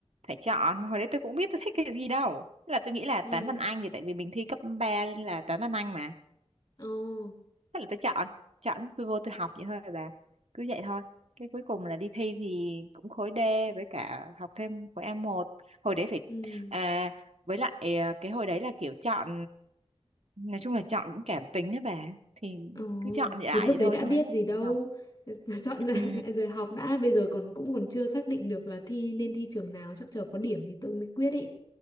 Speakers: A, on the right (about 75°); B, on the left (about 40°).
A: phải chọn mà hồi đấy tôi cũng biết tôi thích cái gì đâu. Thế Là tôi nghĩ là
B: Ừ.
A: toán văn Anh thì tại vì mình thi cấp 3 là toán văn Anh mà.
B: Ồ.
A: Thế là tôi chọn, chọn tôi vô tôi học vậy thôi bà. Cứ vậy thôi. Cái cuối cùng là đi thi thì cũng khối D với cả học thêm khối a một Hồi đấy phải
B: Ừ.
A: à, với lại à, cái hồi đấy là kiểu chọn nói chung là chọn cũng cảm tính á bà thì
B: Ồ,
A: cứ chọn lại
B: thì lúc
A: vậy
B: đấy
A: thôi
B: đã
A: xong
B: biết
A: đến lúc
B: gì đâu.
A: vô học.
B: <laughs> Chọn lại
A: Ừ.
B: rồi <laughs> học đã, bây giờ còn cũng còn chưa xác định được là thi nên thi trường nào, chắc chờ có điểm thì tôi mới quyết ý.